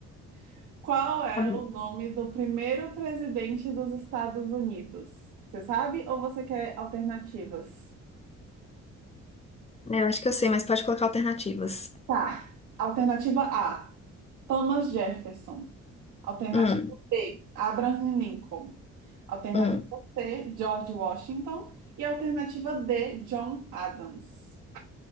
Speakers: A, on the right; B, on the left.
A: <laughs> Qual é
B: Tá bom.
A: o nome do primeiro presidente dos Estados Unidos? Você sabe ou você quer alternativas?
B: É, Eu acho que eu sei, mas pode colocar alternativas.
A: Tá. Alternativa A. Thomas Jefferson. Alternativa
B: Hum,
A: B, Abraham Lincoln. Alternativa
B: hum.
A: C, George Washington. E alternativa D, John Adams.